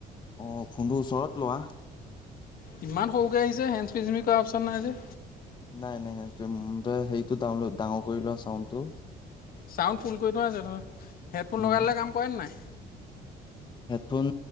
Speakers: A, on the left (about 25°); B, on the left (about 60°).
A: অ ফোনটো ওচৰত লোৱা।
B: ইমান সৰুকৈ আহিছে। হেণ্ডছ্পিচপি কৰা অপচন নাই যে।
A: নাই, নাই। হেণ্ডচপি তই সেইটো ডাউন ডাঙৰ কৰি লোৱা চাউণ্ডটো।
B: চাউণ্ড ফুল কৰি থোৱা আছে ধৰ। হেডফোন
A: উম
B: লগাই ললে কাম কৰেনে নাই?
A: হেডফোন,